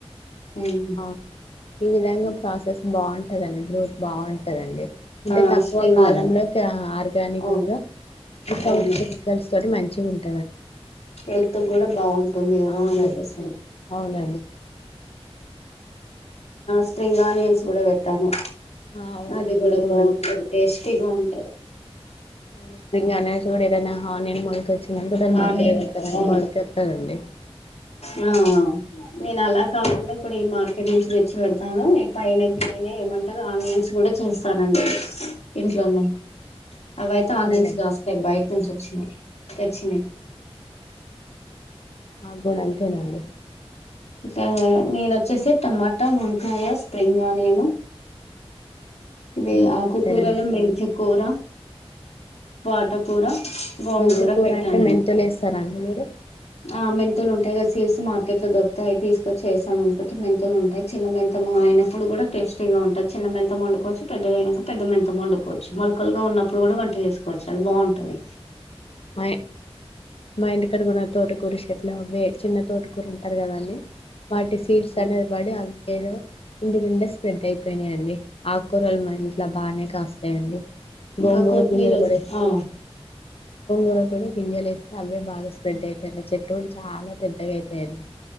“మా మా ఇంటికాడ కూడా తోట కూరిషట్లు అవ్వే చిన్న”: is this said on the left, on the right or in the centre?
Left